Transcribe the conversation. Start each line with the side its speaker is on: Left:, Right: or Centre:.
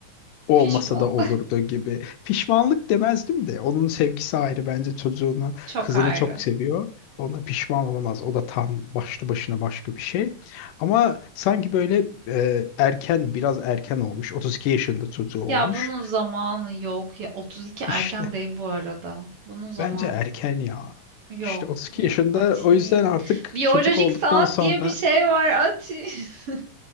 Left: Olmasa
Right: Pişman.
Left: da olurdu gibi. Pişmanlık demezdim de. Onun sevgisi ayrı bence çocuğunu,
Right: <laughs> Çok
Left: kızını
Right: ayrı.
Left: çok seviyor. Ona pişman olamaz. O da tam başlı başına başka bir şey. Ama sanki böyle e, erken, biraz erken olmuş. 32 yaşında çocuğu olmuş.
Right: Ya bunun zamanı yok ya. 32
Left: İşte
Right: erken değil bu arada. Bunun zamanı
Left: bence erken ya.
Right: Yok
Left: İşte 32
Right: ya
Left: yaşında
Right: Atin.
Left: o yüzden artık
Right: Biyolojik
Left: çocuk olduktan
Right: saat
Left: sonra
Right: diye bir şey var Atin. <laughs>